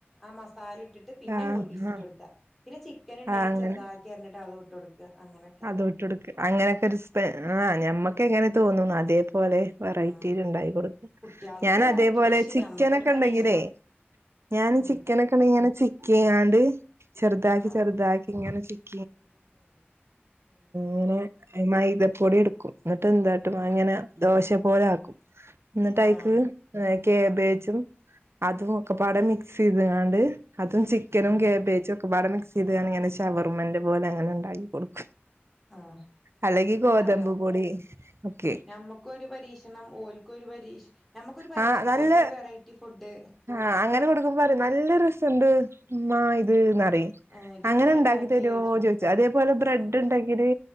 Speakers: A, in the centre; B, on the right.
A: ആ മസാല ഇട്ടിട്ട് പിന്നെ
B: ആഹ്
A: നൂഡിൽസ്
B: ആഹ്
A: ഇട്ട് കൊടുക്ക പിന്നെ ചിക്കന്ണ്ടെങ്കി
B: ആഹ് അങ്ങനെ
A: ചെറുതാക്കി അരിഞ്ഞിട്ട് അതൂട്ട് കൊടുക്ക്ക അങ്ങനെ.
B: അതും ഇട്ട് കൊടുക്ക അങ്ങനെയൊക്കെ ഒരു സ്പെ ആഹ് ഞമ്മക്കെങ്ങനെ തോന്നുന്നു അതേപോലെ വെറൈറ്റില്
A: ആഹ്
B: ഉണ്ടായി കൊടുക്കും
A: കുട്ടികൾക്ക്
B: ഞാനതേപോലെ
A: വെറൈറ്റി ഡിഷ്
B: ചിക്കനൊക്കെണ്ടെങ്കിലേ
A: നമ്മക്കൊരു പരീക്ഷണം
B: ഞാൻ
A: ഉം
B: ചിക്കനക്കെ ച ഇങ്ങനെ ചിക്ക്യ്യാണ്ട് ചെറുതാക്കി
A: ആഹ്
B: ചെറുതാക്കി ഇങ്ങനെ ച <unintelligible> അങ്ങനെ മൈദപ്പൊടി എടുക്കും എന്നിട്ട് എന്ത
A: ഉം
B: അങ്ങനെ ദോശ പോലാക്കും എന്നിട്ടൈക്ക്
A: ആഹ്
B: ആഹ് കേബേജും അതും ഒക്കെ പാടെ മിക്സ് ചെയ്ത്കാണ്ട് അതും ചിക്കനും
A: ഉം
B: കേബേജൊക്കെപ്പാട് മിക്സെയ്ത് ഞാനിങ്ങനെ ശവർമന്റ പോലെ അങ്ങനെണ്ടാക്കി കൊടുക്കും
A: ആഹ്
B: അല്ലെങ്കി
A: തെന്താറിയോ
B: ഗോതമ്പ് പൊടി ഒക്കെ
A: ഞമ്മ ക്കൊരു പരീക്ഷണം ഓൽക്കൊരു പരീഷ് ഞമ്മക്കൊരു പരീക്ഷണം
B: ആ നല്ല
A: ഓൽക്കൊരു വെറൈറ്റി ഫുഡ്
B: ആഹ് അങ്ങനെ കൊടുക്കുമ്പറയും നല്ല രസുണ്ട് ഉമ്മാ <unintelligible> ത് ന്നറയും
A: ആ ഇതെങ്ങനെ
B: അങ്ങനണ്ടാക്കിതരോന്ന്
A: ഇണ്ടാക്കിയെ ചോയിച്ചു
B: ചോയ്ച്ച് അതേപോലെ ബ്രെഡ്ണ്ടാക്കിത്
A: ആഹ്